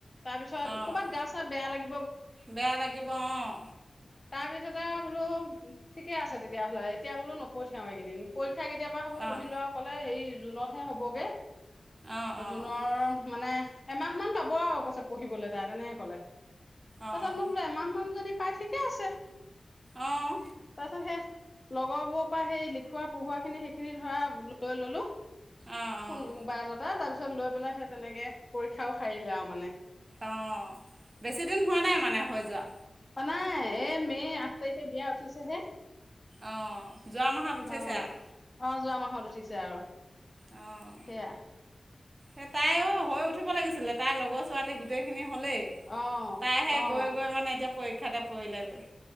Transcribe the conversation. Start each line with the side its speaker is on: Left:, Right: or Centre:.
Left: তাৰ পিছত
Right: অঁ
Left: কৰ'বাত গা চা বেয়া লাগিব অ
Right: বেয়া লাগিব অঁ
Left: তাৰপিছত বোলো ঠিকে আছে তেতিয়াহ'লে এতিয়া বোলো নপঠিয়াও এইকেইদিন পা কেতিয়াবা হ'ব সুধিলো
Right: অঁ
Left: আৰু ক'লে সেই জুনত হে হ'বগে
Right: অঁ অঁ
Left: জুনৰ মানে এমাহ মমান পাব আৰু কৈছে পঢ়িবলে তাই তেনেকে কলে তাৰপাছত
Right: অঁ
Left: মই বোলো এমাহ মান যদি পাই ঠিকে আছে
Right: অঁ
Left: তচ সে লগৰবোৰৰ পৰা সেই লিখোৱা পোহোৱা খিনি সেইখিনি ধৰা লৈ ললো
Right: অঁ অঁ
Left: ফোন মোবাইলত তাৰ পিছত লৈ পেলাই সেই তেনেকে পৰীক্ষাও সাৰিলে আৰু মানে
Right: অ বেছিদিন হোৱা নাই মানে হৈ যোৱা
Left: হোৱা নাই এ মে আঠ তাৰিখে বিয়া উঠিছেহে
Right: অঁ যোৱা মাহত উঠিছে
Left: আহ
Right: আৰু
Left: আহ যোৱা মাহত উঠিছে আৰু
Right: আহঁ
Left: সেয়া
Right: এ তাইও হৈ উঠিব লাগিছিলে তাইৰ লগৰ ছোৱালী গোটেই খিনি হলেই
Left: অ
Right: তাইহে
Left: অ
Right: গৈ গৈ মানে এতিয়া পৰীক্ষাতে পৰিলেগৈ